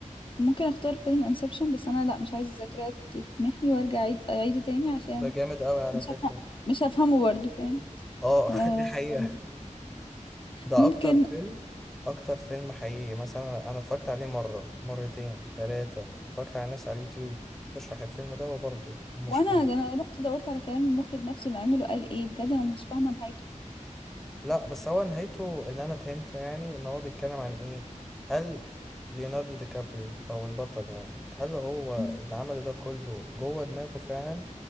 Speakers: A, on the left; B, in the centre.
A: ممكن أختار فيلم انسبشن بس أنا لأ مش عايزة الذاكرة تتمحي وأرجع أعيد أعيده تاني عشان
B: ده جامد قوي على
A: مش
B: فكرة
A: هفهم مش هفهمه برضه فاهم
B: اه
A: آه،
B: <laughs> دي حقيقة ده
A: ممكن
B: اكتر فيلم اكتر فيلم حقيقي مثلا انا اتفرجت عليه مرة مرتين تلاتة اتفرجت على ناس على اليوتيوب تشرح الفيلم ده وبرضه مش
A: وأنا
B: فاهم
A: ده أنا رحت دورت على كلام المخرج نفسه اللي عمله قال إيه بجد أنا مش فاهمة نهايته
B: لا بس هو نهايته اللي انا فهمته يعني ان هو بيتكلم عن ايه هل ليوناردو دي كابريو او البطل يعني هل هو
A: مم.
B: اللي عمله ده كله جوه دماغه فعلا